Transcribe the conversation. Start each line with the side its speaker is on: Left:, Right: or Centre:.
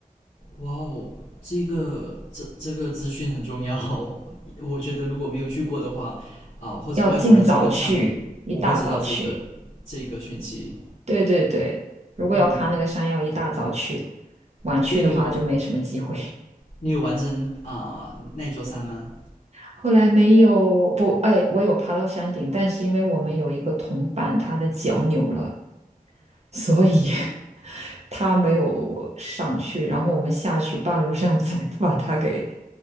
Left: 哇哦，这个这这个资讯很重要哦，<laughs> 我觉得如果没有去过的话，啊、或者外国人基本上
Right: 要尽早去，一大早去。
Left: 不会知道这个这个讯息。
Right: 对对对，如果要爬那个山，
Left: 嗯，
Right: 要一大早去，晚去的话就没什么机会。
Left: 所以你有完，
Right: <laughs>
Left: 你有完成啊、呃那座山吗？
Right: 后来没有，不，哎，我有爬到山顶，但是因为我们有一个同伴，他的脚扭了，所以他没有上去，然后我们下去半路上 <laughs> 再把他给